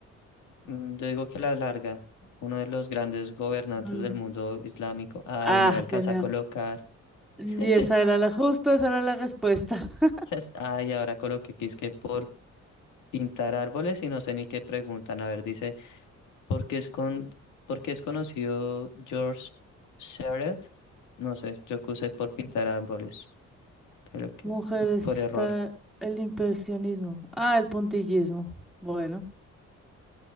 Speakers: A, on the left; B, in the centre.
A: Mm, yo digo que la larga, uno de los grandes gobernantes
B: Mm.
A: del mundo islámico. Ay,
B: Ah,
A: no le alcanza
B: tenía.
A: a colocar.
B: Y
A: <laughs>
B: esa era la justo, esa era la respuesta. <laughs>
A: Las- Ay, ahora coloqué que es que por pintar árboles y no sé ni qué preguntan. A ver, dice. porque es con, porque es conocido George Seurat? No sé, yo puse por pintar árboles, pero que
B: Mujer
A: <laughs>
B: está
A: por error.
B: el impresionismo. Ah, el puntillismo. Bueno,